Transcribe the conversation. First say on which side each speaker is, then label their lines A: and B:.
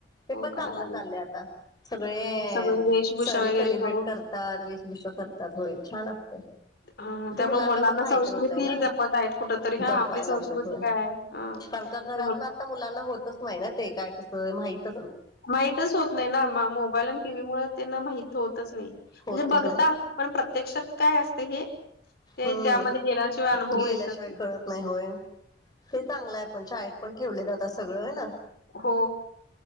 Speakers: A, on the left; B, on the left.
A: ते
B: हो
A: पण
B: करायला
A: चांगलं
B: लागलेत.
A: चाललं आता सगळे
B: हो वेशभूषा
A: सण
B: वगैरे
A: सेलिब्रेट
B: करून
A: करत ात वेशभूषा करतात होय छान असते
B: हा त्यामुळे
A: ते
B: मुलांना
A: पण माहिती
B: स
A: होतय
B: कृती
A: ना
B: जपत आहेत कुठ तरी हा
A: जपायला
B: आपली संस्कृती
A: लागलेत होय
B: काय अ
A: कारण का घरात आता मुलांना होतच नाही ना ते काय तसं माहित
B: माहितच होत नाही ना मोबाईल आणि टीव्ही मु त्यांना माहित होतच नाही म्हणजे
A: होतच
B: बघतात
A: नाही
B: पण प्रत्यक्षात काय असते हे ते
A: हम्म
B: त्यामध्ये गेल्याशिवाय अनुभव
A: गेल्याशिवाय
B: येतच
A: कळत नाही होय ते चांगलं आहे पण शाय पण ठेवलेत आता सगळं आहे ना
B: हो